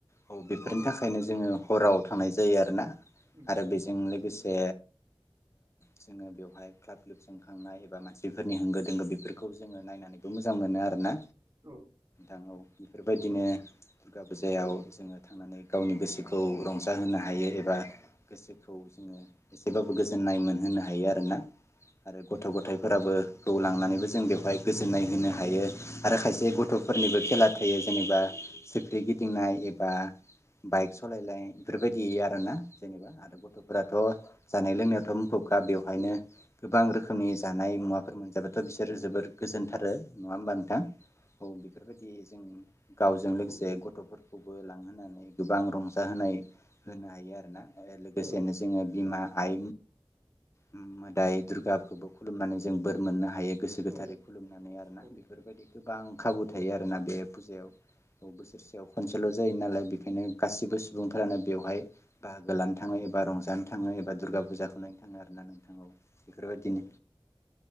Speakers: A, on the left (about 30°); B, on the right (about 35°).
A: औ बेफोरनि
B: नोंथां
A: थाखायनो
B: औ
A: जोङो हराव थांनाय जायो आरोना
B: उम
A: आरो बेजों लोगोसे
B: औ
A: जोङो बेवहाय ख्लाब ख्लिब जोंनाय एबा मानसिफोरनि होंगो दोंगो बेफोरखौ जोङो नायनानैबो मोजां मोनो आरोना
B: औ औ
A: औ बेफोरबायदिनो
B: औ औ
A: दुर्गा बै फुजायाव जोङो थांनानै गावनि गोसोखौ रंजाहोनो हायो एबा गोसोखौ जोङो एसेबाबो गोजोननाय मोनहोनो हायो आरोना आरो गथ' गथायाइफोराबो खौ लांनानैबो जों बेवहाय गोजोननाय होनो हायो आरो खायसे गथ' फोरनिबो खेला थायो जेनेबा सिख्रि गि दिंनाय एबा बाइक सलायनाय बेफोरबायदि आरोना जेनेबा आरो आरो गथ'फोराथ' जानाय लोंनायावथ' मुखुबखा बेवहायनो गोबां रोखोमनि जानाय मुवाफोर मोनजागोन थ' बिसोरो जोबोर गोजोनथारो। नंङा होमबा नोंथां औ बि फोरबायदि जों गावजों लोगोसे
B: औ
A: गथ'फोर खौबो लांहोनानै गोबां रंजा जा होनाय होनो हायो आरोना लोगोसेनो
B: औ नोंथां
A: जोङो बिमा आइ उम मोदाय दुर्गाफोरखौबो खुलुमनानै जों बोर मोननो हायो गोसो
B: औ
A: गोथारै खुलुमनानै आरोना
B: औ
A: बेफोरबायदि गोबां खाबु था
B: औ
A: थायो आरोना बे फुजायाव बोसोरसेयाव खनसेल' जायो नालाय बेखायनो गासिबो सु सुबुंफोरानो बेवहाय बाहागोलानो थांनाय एब बा रंजानो थाङो
B: औ
A: दुर्गा फुजा नायनो थाङो आरो ना नोंथां औ। बेफोरबायदिनो
B: औ